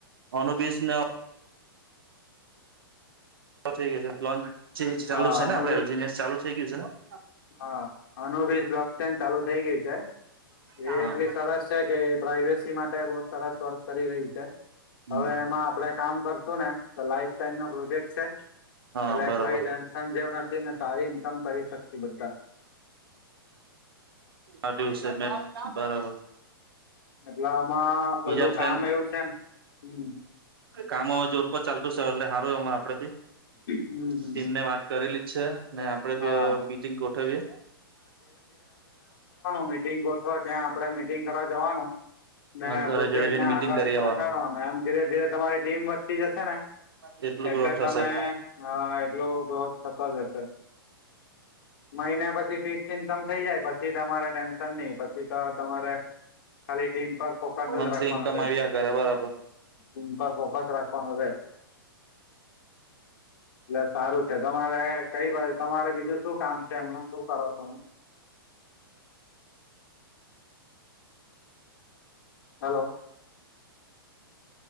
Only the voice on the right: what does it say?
અનુ બીસ ને <unintelligible> થઈ ગયું છે
લોચ ચાલુ છે
ને <unintelligible> આપડે એલજીસ ચાલુ થઈ ગયું છે ને
હા
હમ
હા
બરાબર
આ દિવસ મે બરાબર
બીજા
ફ્રેન્ડ
કામ હ જોર પર ચાલતું છે એટ સારું એમાં આપડે ભી
ટીમને વાત કરેલી જ છે ન આપડે
બી બીટિંગ ગોઠવીયએ
ઘરે
ઘરે જઈને
મીટિંગ કરી
આવવાનું
કેટલું
ગ્રોથ
થશે
મંથલી
ઇન્કમ
આવ્યા કરે બરાબર